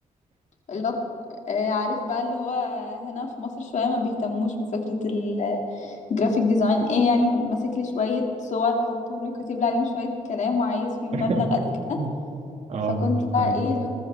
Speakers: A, on the left (about 60°); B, on the right (about 55°).
A: اللي هو آه، عارف بقى اللي هو هنا في مصر شوية ما بيهتموش بفكرة ال- الجرافيك ديزاين ايه يعني ماسك لي شوية صور وحاططهم لي وكاتب لي عليهم شوية كلام وعايز فيهم
B: <laughs>
A: مبلغ قد كده
B: اه
A: فكنت بقى
B: فاهم
A: ايه اللي هو